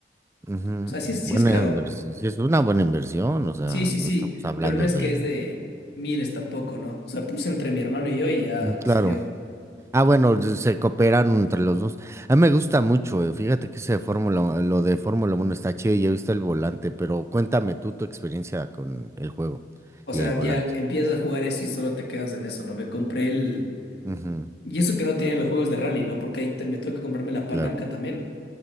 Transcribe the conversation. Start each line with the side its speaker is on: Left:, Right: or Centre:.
Right: Ujú.
Left: O sea, sí,
Right: Buena
Left: es- sí es caro.
Right: inversión. Sí, es una buena inversión, o sea,
Left: Sí, sí,
Right: no
Left: sí,
Right: estamos hablando
Left: pero no es
Right: de...
Left: que es de miles tampoco, ¿no? O sea, puse entre mi hermano y yo y ya
Right: Mm, Claro.
Left: salió.
Right: Ah, bueno, se se cooperan entre los dos. A mí me gusta mucho, eh, Fíjate que ese de Fórmula, eh, lo de Fórmula 1 está chido y he visto el volante, pero cuéntame tú tu experiencia con el juego
Left: O sea,
Right: y el volante.
Left: ya empiezas a jugar eso y solo te quedas en eso, ¿no? Me compré el...
Right: Ujú,
Left: Y eso que no tenía los juegos de rally, ¿no? Porque ahí te- me toca comprarme la palanca
Right: Claro.
Left: también.